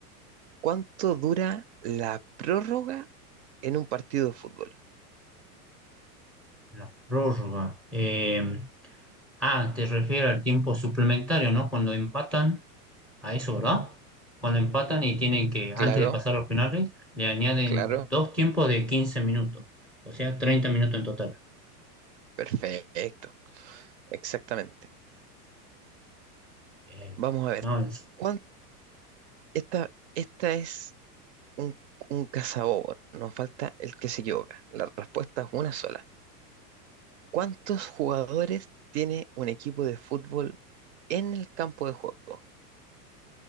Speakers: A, on the right; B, in the centre.
A: ¿Cuánto dura la prórroga en un partido de fútbol?
B: la prórroga. Eh, ah, te refieres al tiempo suplementario, ¿no? Cuando empatan, a eso, ¿verdad? Cuando empatan y tienen que,
A: Claro,
B: antes de pasar a los penales, le añaden
A: claro,
B: dos tiempos de 15 minutos, o sea, 30 minutos en total.
A: perfecto, exactamente.
B: Bien.
A: Vamos a ver,
B: No, en
A: ¿cuán- esta, esta es un, un cazador, nos falta el que se equivoca. La respuesta es una sola. ¿Cuántos jugadores tiene un equipo de fútbol en el campo de juego?